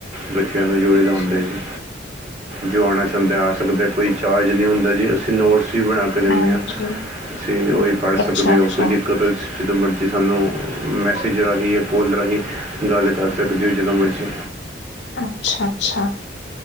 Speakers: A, on the right (about 35°); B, on the left (about 70°).
A: ਬੱਚਿਆਂ ਨੂੰ ਜੋੜੇਦਾ
B: ਅੱਛਾ
A: ਹੁੰਦਾ ਜੀ ਜੋ ਆਉਣਾ
B: ਹਾਂਜੀ
A: <unintelligible> ਆ ਸਕਦੇ ਚਾਰਜ ਨਹੀਂ ਹੁੰਦਾ ਜੀ ਅਸੀਂ ਨੋਟਸ ਤੁਸੀਂ ਬਣਾ ਕੇ ਦਿੰਦੇ
B: ਹਾਂਜੀ
A: ਹਾਂ ਤੁਸੀਂ ਉਹੀ
B: ਹਾਂਜੀ
A: ਪੜ੍ਹ
B: ਅੱਛਾ
A: ਸਕਦੇ
B: ਅੱਛਾ
A: ਹੋ ਕੋਈ ਦਿੱਕਤ ਜਦੋਂ ਮਰਜ਼ੀ ਸਾਨੂੰ ਮੈਸੇਜ ਰਾਹੀਂ ਜਾਂ ਕੋਲ ਰਾਹੀਂ ਗੱਲ ਕਰ ਸਕਦੇ ਹੋ ਜਦੋਂ ਮਰਜ਼ੀ
B: ਅੱਛਾ ਅੱਛਾ